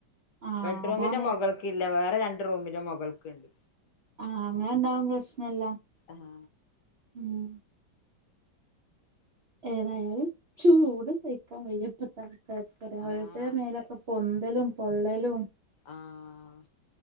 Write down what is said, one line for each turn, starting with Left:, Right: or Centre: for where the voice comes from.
Right: ആഹ്
Left: ബെഡ്റൂമിന്റെ
Right: അതാണ്
Left: മൊകൾക്കില്ല വേറെ രണ്ട് റൂമിന്റെ മൊകൾക്ക്ണ്ട്
Right: ആഹ് അങ്ങനെണ്ടാവും പ്രശ്നല്ല
Left: ആഹ്
Right: ഉം ഏതായാലും ചൂട് സഹി ക്കാൻ കഴിയില്ല ഇപ്പത്തൽക്കാൽത്ത് ഓരോര്ത്തെരെ
Left: ആഹ് അതെ
Right: മേലൊക്കെ പൊന്തലും പൊള്ളലും
Left: ആഹ്